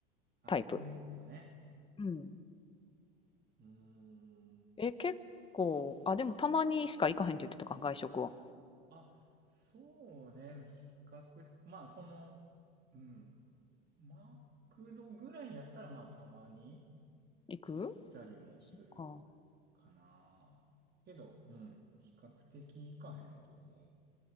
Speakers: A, on the right (about 35°); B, on the left (about 20°).
A: あ、
B: タイプ。
A: そういうことね。
B: うん。
A: うーん。
B: え、結構、あ、でもたまにしか行かへんって言ってたか、外食は。
A: あ、そうね。比較、まあ、その、うん。マクドぐらいやったら、まあ、たまに。
B: 行く
A: 行ったりもするかな。
B: か。
A: けど、うん、比較的行かへんと思う。